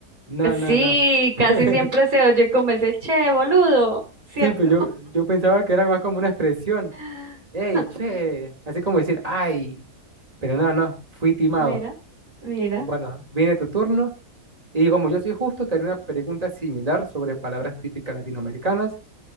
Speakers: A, on the right; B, on the right.
A: No, no,
B: Sí,
A: no.
B: casi
A: <laughs>
B: siempre se oye como ese che, boludo, ¿cierto?
A: Sí, pues yo, yo pensaba que era más como una expresión.
B: <laughs>
A: ¡Ey, che! Así como decir, ¡ay! Pero no, no, fui timado.
B: Mira, mira.
A: Bueno, viene tu turno. Y como yo soy justo, te haré una pregunta similar sobre palabras típicas latinoamericanas.